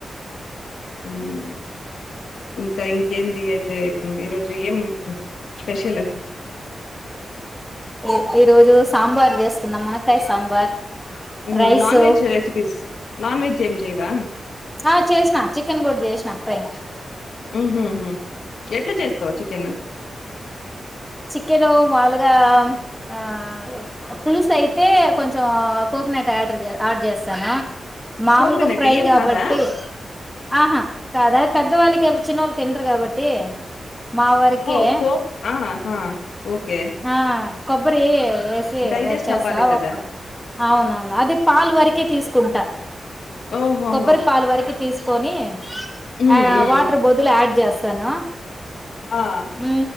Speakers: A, on the left (about 85°); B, in the centre.
A: మ్మ్ ఇంకా ఇంకేంది అయితే ఇప్ ఈరోజు ఏం స్పెషల్,
B: ఎ ఈ రోజు సాంబార్ చేస్తున్నా మునక్కాయ్ సాంబార్
A: మ్మ్
B: rice
A: non veg recipes non veg ఏం చేయం వ్యామ్
B: ఆ చేసినా చికెన్ కూడ్ చేసిన ప్రై
A: ఉమ్ హు హ్మ్ ఎట్లా చేస్తావ్ చికెను
B: చికెను మాలుగా ఆ పులుసు అయితే కొంచెం కోకోనట్ ఆటర్ యాడ్ చేస్సాన. మామూలుగా
A: కోకోనట్
B: ఫ్రై
A: ఏం
B: కాబట్టి
A: కాదా
B: ఆహా కాదా పెద్ద వాళ్ళకేం చిన్నోళ్ తిండ్రు కాబట్టి మా వరకే
A: హో కోక్ ఆ హా ఓకే
B: ఆ కొబ్బరి వేసి
A: డైజెస్ట్
B: వెచ్చేసావ్
A: అవ్వాలి కదా
B: అవును అవును అది పాలు వరికే తీసు కుంట
A: ఓహోహో
B: కొబ్బర ఫల్ వరకి తీసుకొని
A: ఉమ్
B: ఆ
A: ఉమ్
B: వాటర్ బాతుల్ ఆడ్ చేస్తాను
A: ఆ
B: హ